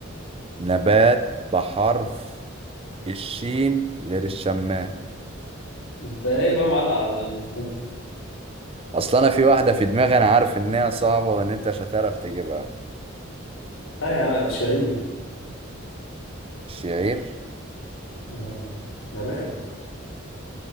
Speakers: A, on the right; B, on the left.
A: نبات بحرف الشين غير الشمام
B: انت ايه بقى معلق على ال...
A: اصل انا في واحده في دماغي انا عارف ان هي صعبه وان انت مش هتعرف تجيبها
B: <laughs> اه يا عم شعير
A: الشعير
B: اه نبات